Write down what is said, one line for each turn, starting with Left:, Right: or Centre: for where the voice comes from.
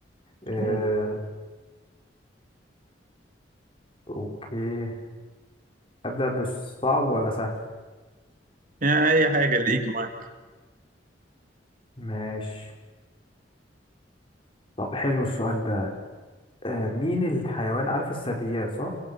Left: آه،
Right: قول
Left: اوكي ابدأ بالصعب ولا سهل
Right: يعني اي حاجة اللي يجي معاك
Left: ماشي طب حلو السؤال ده آه، مين الحيوان عارف الثدييات صح